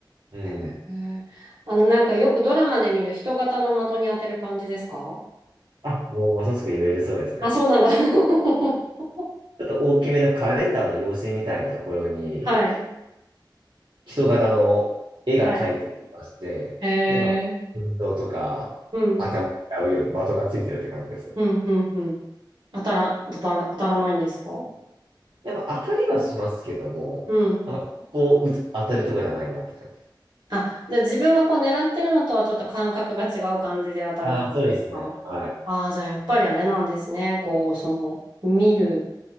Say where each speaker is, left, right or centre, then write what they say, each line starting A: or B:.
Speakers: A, on the right (about 80°); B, on the right (about 60°).
A: うん。
B: へえあの、なんかよくドラマで見る人型の的に当てる感じですか
A: あ、もうまさしくイメージそうですね。
B: あ、そうなんだ。<laughs>
A: ちょっと大きめのカレンダーの用紙みたいなところに、
B: はい。
A: 人型の絵が描いてありまして、
B: はい。へ
A: で、まあ、
B: え。
A: 運動とか、
B: うん。
A: 頭を洗うように的がついてるって感じですね。
B: うん、うん、うん。当たら、当たら、当たらないんですか
A: やっぱ当たりはしますけども、
B: うん。
A: あんまこう、うつ当たるとこじゃないなって感じ。
B: あ、じゃあ自分がこう狙ってるのとはちょっと感覚が違う感じで当たる感じですかああー、
A: ああ、そうですね。はい。
B: じゃあやっぱりあれなんですね。こう、その、見る